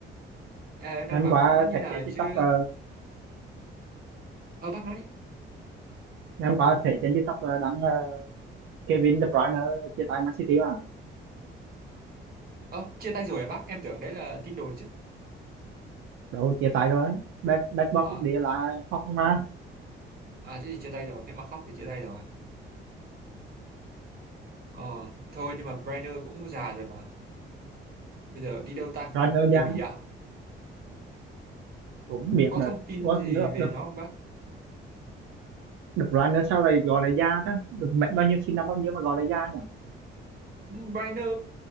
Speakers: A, on the right; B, on the right.
A: à, em đang
B: ngày hôm
A: bảo
B: qua
A: nói như
B: thấy
A: nào
B: trên TikTok
A: chứ
B: ờ,
A: ờ bác nói đi
B: ngày hôm qua thấy trên TikTok là đăng ờ, Kevin De Bruyne chia tay Man City mà
A: ờ chia tay rồi à bác em tưởng đấy là tin đồn chứ
B: đâu chia tay rồi bad bad boy
A: à,
B: đi là khóc không mà
A: à thế thì chia tay rồi nếu mà khóc thì chia tay rồi ờ thôi nhưng mà Brainer cũng già rồi mà bây giờ đi đâu ta
B: Bruyne
A: về
B: già
A: Bỉ à
B: cũng biết
A: có
B: được
A: thông tin
B: Ủa,
A: gì
B: De,
A: về
B: De,
A: nó không bác
B: De Bruyne sao lại gọi là già ta được mệnh bao nhiêu sinh năm bao nhiêu mà gọi là già nhỉ
A: Brainer